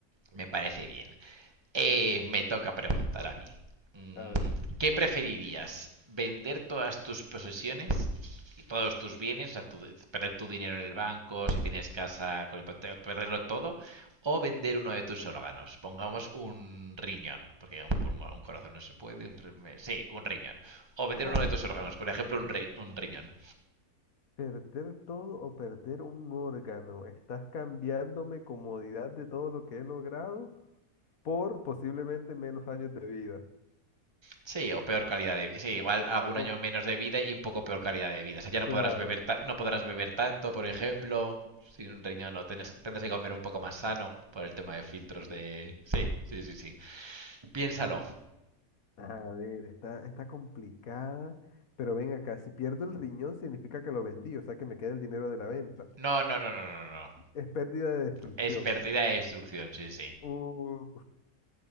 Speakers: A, on the right; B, on the left.
A: Me parece bien. Eh, me toca preguntar a mí. Mm,
B: A ver.
A: ¿Qué preferirías? ¿Vender todas tus posesiones y todos tus bienes? O sea, tu- perder tu dinero en el banco, si tienes casa con hipoteca, perderlo todo. O vender uno de tus órganos. Pongamos un riñón, porque un pulmón, un corazón no se puede. un sí, un riñón. O vender
B: <laughs>
A: uno de tus órganos, por ejemplo, un, ri- un riñón.
B: Perder todo o perder un órgano. Estás cambiándome comodidad de todo lo que he logrado por posiblemente menos años de vida.
A: Sí, o peor calidad de vida. Sí, igual algún
B: Oh,
A: año menos de vida y un poco peor calidad de vida. O sea, ya no
B: claro.
A: podrás beber, ta- no podrás beber tanto, por ejemplo. Sin un riñón, no tendrás, tendrás que comer un poco más sano por el tema de filtros de. Sí, sí, sí, sí. Piénsalo.
B: A ver, está, está complicada. Pero ven acá, si pierdo el riñón significa que lo vendí, o sea que me queda el dinero de la venta.
A: No, no, no, no, no, no.
B: Es pérdida de destrucción.
A: Es pérdida de instrucción sí, sí.
B: Uh,